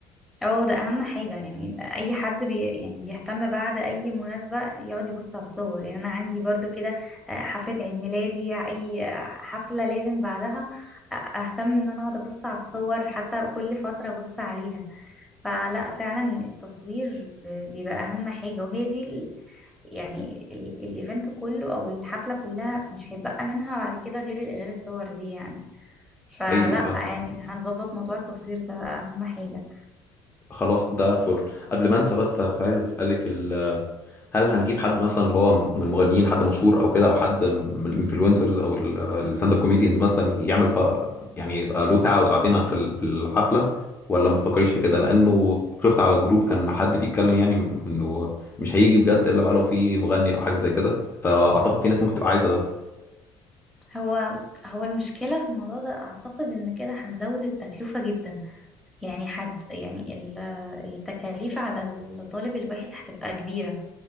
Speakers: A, in the centre; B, on the left.
A: اه ده اهم حاجة يعني اي حد بي يعني بيهتم بعد اي مناسبة يقعد يبص على الصور يعني انا عندي برضو كده آه، حفلة عيد ميلادي اي آه، حفلة لازم بعدها آه، اهتم ان انا اقعد ابص على الصور حتى كل فترة ابص عليها فلا فعلا التصوير ب- بيبقى اهم حاجة وهي دي ال- يعني ال- الايفنت كله او الحفلة كلها مش هيبقى منها بعد كده غير غير الصور دي يعني فلا
B: حقيقي
A: يعني هنظبط موضوع التصوير ده بقى اهم حاجة
B: فخلاص ده فل قبل ما انسى بس كنت عايز اسالك هل هنجيب حد مثلا اللي هو من المغنيين حد مشهور او كده او حد من الانفلونسرز او ال- الستاند اب كوميديانز مثلا يعمل ف... يعني يبقى له ساعه او ساعتين في ال- في الحفله ولا ما تفكريش في كده لانه شفت على جروب كان حد بيتكلم يعني انه مش هيجي بجد الا بقى لو في مغني او حاجه زي كده فاعتقد في ناس ممكن تبقى عايزه ده
A: هو هو المشكلة في الموضوع ده أعتقد إن كده هنزود التكلفة جدا يعني حد يعني ال- التكاليف على الطالب الواحد هتبقى كبيرة